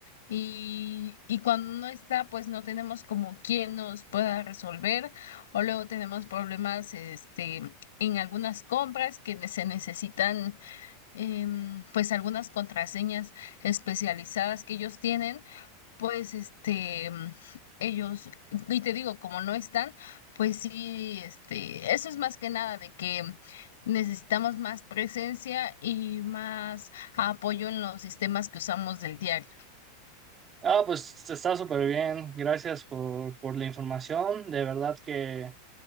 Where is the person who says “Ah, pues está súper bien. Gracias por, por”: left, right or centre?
Right